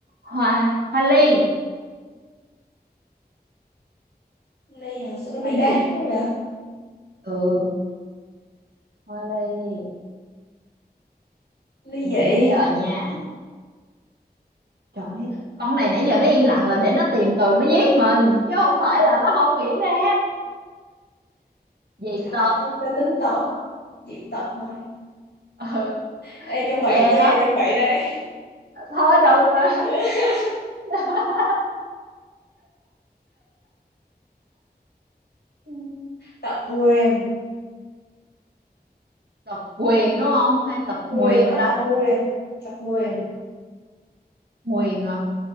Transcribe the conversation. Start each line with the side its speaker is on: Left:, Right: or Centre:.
Right: hoa hoa ly
Left: ly hả sao nó bi
Right: hoa
Left: đát
Right: ly
Left: quá vậy
Right: ừ hoa ly
Left: ly
Right: tụi
Left: dị
Right: mình đếm giờ nha trời ơi, con này nãy giờ nó im lặng là để nó tìm từ nó giết mình chứ không phải là nó không nghĩ ra dị
Left: trời ơi
Right: tật
Left: ta tính toán dị tật mà
Right: ừ
Left: ê chuẩn bị
Right: ghê
Left: nha
Right: lắm
Left: chuẩn bị đây
Right: thôi đừng mà
Left: <laughs>
Right: <laughs> Ừ.
Left: tật nguyền
Right: tật quyền đúng không hay tật
Left: nguyền
Right: nguyền
Left: đó
Right: ta
Left: tật nguyền tật nguyền
Right: nguyền hả